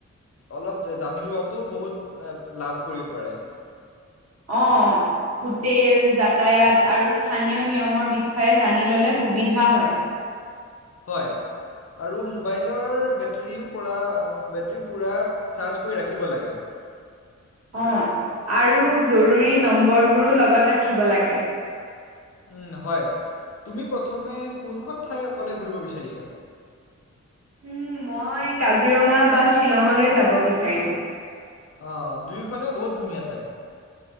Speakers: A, on the left; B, on the right.
A: অলপ জানি লোৱাটো বহুত লাভ কৰিব পাৰে।
B: অ', হোটেল, যাতায়াত আৰু স্থানীয় নিয়মৰ বিষয়ে জানি ল'লে সুবিধা হয়।
A: হয়। আৰু মোবাইলৰ বেটেৰীও পৰা বেটেৰী পোৰা চাৰ্জ কৰি ৰাখিব লাগে।
B: অ, আৰু জৰুৰী নম্বৰবোৰো লগত ৰাখিব লাগে।
A: উম, হয় তুমি প্ৰথমে কোনখন ঠাই অকলে ঘূৰিব বিচাৰিছা?
B: উম, মই কাজিৰঙা বা শ্বিলঙলৈ যাব বিচাৰিম।
A: অ, দুইখনে বহুত ধুনীয়া ঠাই।